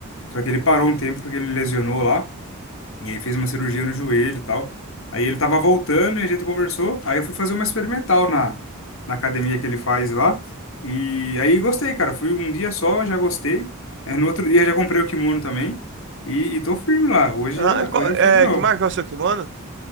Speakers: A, on the left; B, on the right.
A: só que ele parou um tempo porque ele lesionou lá. E aí fez uma cirurgia no joelho e tal. Aí ele tava voltando e a gente conversou. Aí eu fui fazer uma experimental na, na academia que ele faz lá. E aí gostei, cara. Fui um dia só, já gostei. Aí no outro dia já comprei o kimono também. E, e tô firme lá. Hoje,
B: Ah,
A: já,
B: qual-
A: hoje
B: é,
A: eu fui de novo.
B: que marca é o seu kimono?